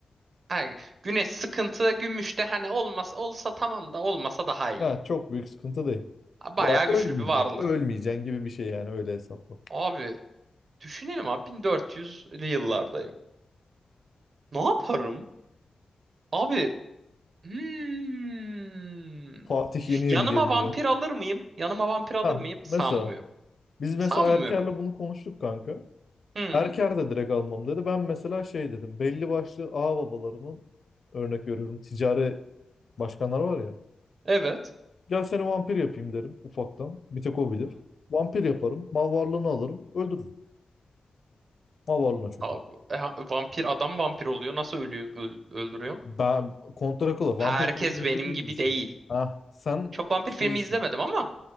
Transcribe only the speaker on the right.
Ha, güneş sıkıntı. Gümüş de hani olmaz, olsa tamam da olmasa daha iyi.
Bayağı
güçlü bir varlığım.
Abi düşünelim abi 1400'lü yıllardayım. Ne yaparım? Abi hmm.
Yanıma
vampir
alır mıyım? Yanıma vampir alır
mıyım? Sanmıyorum.
Sanmıyorum.
Hı,
evet.
Abi, e, ha- vampir adam vampir oluyor. Nasıl ölüyor, öl- öldürüyor?
Herkes
benim
gibi
değil.
Çok vampir
filmi izlemedim ama.